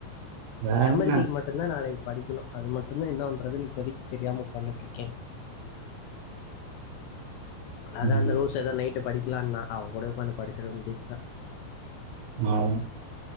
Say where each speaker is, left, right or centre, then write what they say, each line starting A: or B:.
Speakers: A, on the right; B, on the left.
A: வேற
B: எம்
A: என்ன
B: எல் டி-க்கு மட்டுதா நாளைக் படிக்கணு அது மட்டும்தா என்ன பண்றதுன்னு இப்போதைக் தெரியாம உட்காந்துட்டு இருக்கே அதா
A: ம்
B: அந்த நோட்ஸதா நைட்டு படிக் இல்ல அண்ணா அவகூட உட்காந்து படிச்சுர வேண்டியதா
A: அவ்ளோதா